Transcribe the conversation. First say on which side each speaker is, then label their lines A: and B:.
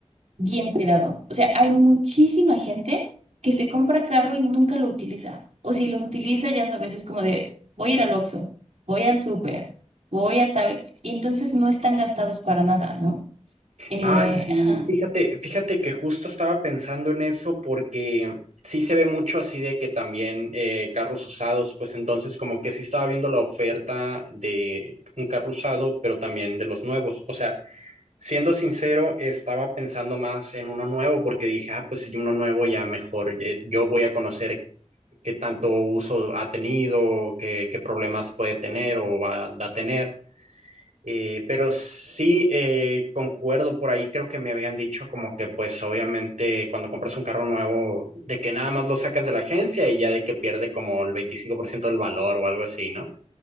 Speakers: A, on the right; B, on the right.
A: bien cuidado. O sea, hay muchísima gente que se compra carro y nunca lo utiliza. O si lo utiliza, ya sabes, es como de, voy a ir al Oxxo, voy al súper, voy a tal... Y entonces no están gastados para nada, ¿no? Eh,
B: Ah, sí,
A: ajá,
B: fíjate, fíjate que justo estaba pensando en eso porque sí se ve mucho así de que también eh, carros usados, pues entonces como que sí estaba viendo la oferta de un carro usado, pero también de los nuevos. O sea, siendo sincero, estaba pensando más en uno nuevo porque dije, ah, pues si uno nuevo ya mejor, eh, yo voy a conocer qué tanto uso ha tenido, qué, qué problemas puede tener o va, va a tener. Eh, pero sí, eh, concuerdo por ahí, creo que me habían dicho como que pues obviamente cuando compras un carro nuevo, de que nada más lo sacas de la agencia y ya de que pierde como el 25% del valor o algo así, ¿no?